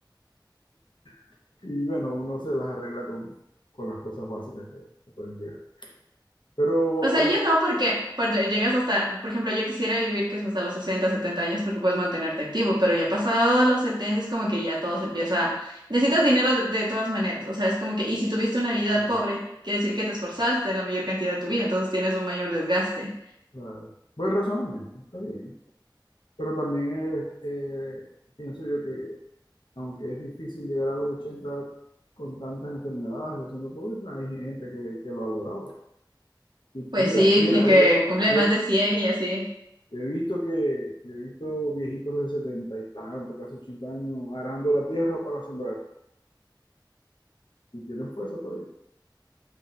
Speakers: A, on the left (about 75°); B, on the right (about 65°).
A: <laughs> y bueno, uno se las arregla con, con las cosas básicas que, que pueden llegar. Pero
B: O sea,
A: es,
B: yo no, porque cuando llegas hasta, por ejemplo, yo quisiera vivir que es hasta los 60 70 años porque puedes mantenerte activo, pero ya pasado los 70 es como que ya todo se empieza, necesitas dinero de, de todas maneras, o sea, es como que, y si tuviste una vida
A: sí,
B: pobre, quiere decir que te esforzaste la mayor cantidad de tu vida, entonces tienes un mayor desgaste.
A: claro, buen razonamiento, está bien. Pero también eh, eh, pienso yo que aunque es difícil llegar a los 80 con tantas enfermedades o siendo pobre, pues, hay gente que, que lo ha logrado. Y
B: Pues
A: mira,
B: sí,
A: mira,
B: y que
A: yo...
B: cumple
A: Yo,
B: más de 100 y así.
A: Yo he visto que, yo he visto viejitos de setenta y tanto, casi ochenta años, arando la tierra para sembrar y tienen fuerza por ello.